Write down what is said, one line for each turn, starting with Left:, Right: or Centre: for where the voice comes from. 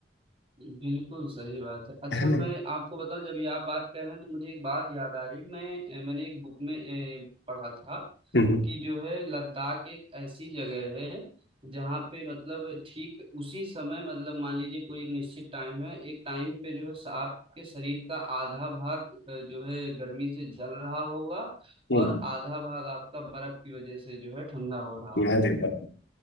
Right: बिल्कुल सही बात है अच्छा
Left: है
Right: मैं
Left: ना
Right: आपको बताऊं जब ये आप बात कर रहे हैं तो मुझे एक बात याद आ रही मैं मैंने एक बुक में अ, पढ़ा था
Left: हम्म
Right: कि जो है लद्दाख एक ऐसी जगह है जहाँ पे मतलब ठीक उसी समय मतलब मान लीजिए कोई एक निश्चित टाइम है एक टाइम पे जो है स- आपके शरीर का आधा भाग अ, जो है गर्मी से जल रहा होगा
Left: हम्म
Right: और आधा भाग आपका बर्फ की वजह से जो है ठंडा हो रहा होगा
Left: यार ये बात